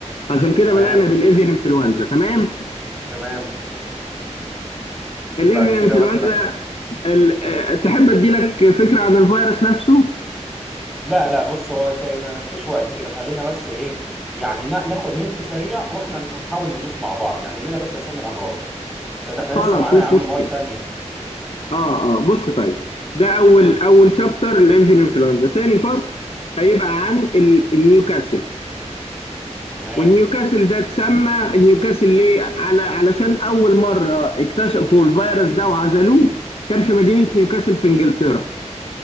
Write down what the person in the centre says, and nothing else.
تمام
تمام
بعد كده
مثلا
لا لا بص هو تا- ما فيش وقت كده خلينا بس إيه يعني نا- ناخد هنت سريع وإحنا هنحاول ندوس مع بعض يعني قول لنا بس أسامي الأمراض عشان ده إحنا
لسه معانا
يا عم
مواد تانية
تمام